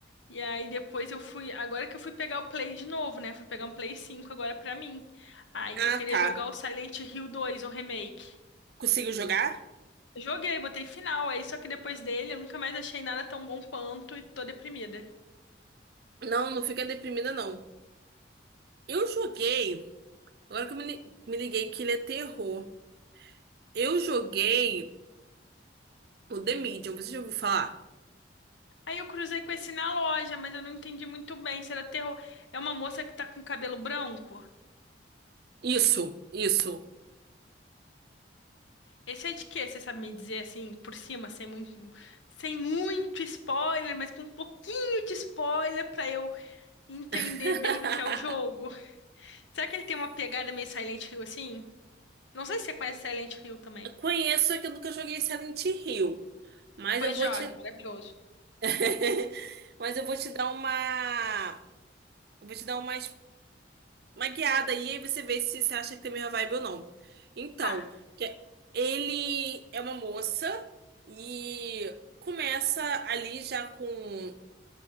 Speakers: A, on the left; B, on the right.
A: E aí depois eu fui, agora que eu fui pegar o Play de novo, né? Fui pegar um Play 5 agora pra mim. Aí
B: ah,
A: que eu queria
B: tá.
A: jogar o Silent Hill dois o remake.
B: Consigo jogar?
A: Joguei, botei final, aí só que depois dele eu nunca mais achei nada tão bom quanto e tô deprimida.
B: Não, não fica deprimida, não. Eu joguei. Agora que eu me, li- me liguei que ele é terror. Eu joguei o The Medium. Você já ouviu falar?
A: Aí eu cruzei com esse na loja, mas eu não entendi muito bem se era terror. É uma moça que tá com cabelo branco?
B: Isso, isso.
A: Esse é de quê? Você sabe me dizer assim, por cima, sem muito, sem muito spoiler, mas com um pouquinho de spoiler pra eu entender
B: <laughs>
A: bem do que é o jogo. Será que ele tem uma pegada meio Silent Hill assim? Não sei se você conhece Silent Hill também.
B: Conheço, é que eu nunca joguei Silent Hill. Mas
A: Pois
B: eu vou
A: jogue,
B: te.
A: maravilhoso.
B: <laughs> Mas eu vou te dar uma. eu Vou te dar uma. uma guiada aí, aí você vê se você acha que tem a mesma vibe ou não. Então,
A: Tá.
B: que é- ele é uma moça e começa ali já com.